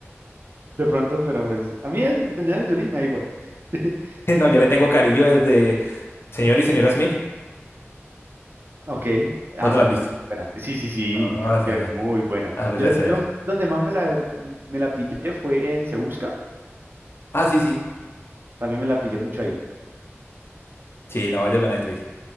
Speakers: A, on the right; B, on the left.
A: de pronto, pero pues, a mí es- de Jolie me da igual. <laughs>
B: <laughs> No, yo le tengo cariño desde Señor y Señora Smith.
A: Ok, ah,
B: ¿No te
A: esa
B: la has
A: película
B: visto?
A: es buena. Sí, sí, sí,
B: Ah,
A: esa película
B: esa esa
A: es muy buena.
B: A ver,
A: Yo,
B: se verá.
A: yo donde más me la, me la pillé fue en Se Busca,
B: Ah, sí, sí.
A: también me la pillé mucho ahí.
B: Sí, no, vaya buena actriz.